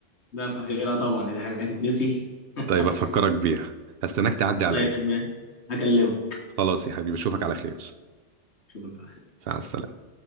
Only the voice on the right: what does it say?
طيب افكرك بيها هستناك تعدي عليا
خلاص يا حبيبي اشوفك على خير
مع السلامة